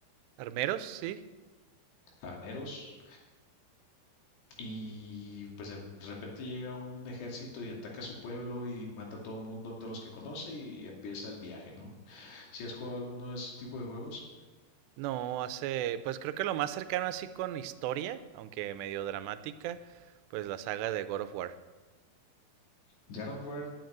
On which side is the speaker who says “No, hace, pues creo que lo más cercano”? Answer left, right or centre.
Right